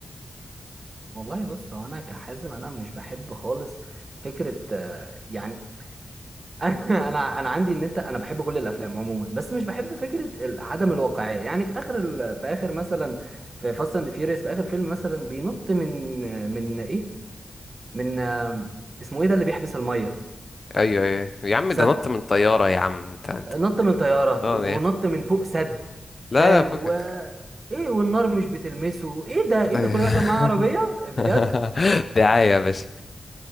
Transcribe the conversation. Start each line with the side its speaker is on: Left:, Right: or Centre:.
Right: والله بص هو انا كحازم انا مش بحب خالص فكره آه، يعني انا انا انا عندي ان انت انا بحب كل الافلام عموما بس مش بحب فكره ال- عدم الواقعيه يعني في اخر ال... في اخر مثلا في فاست اند فيوريوس في اخر فيلم مثلا بينط من من ايه من آه، اسمه ايه ده اللي بيحبس الميه
Left: ايوه ايوه يا عم
Right: سد
Left: ده نط من طيارة يا عم انت انت
Right: نط من طياره
Left: اه
Right: ونط
Left: يا عم
Right: من فوق سد
Left: لا
Right: فاهم
Left: لا فكك
Right: و ايه والنار مش بتلمسه ايه ده ايه
Left: ايوه
Right: ده كل ده عشان معاه عربيه
Left: <laughs>
Right: بجد
Left: <laughs> دعاية يا باشا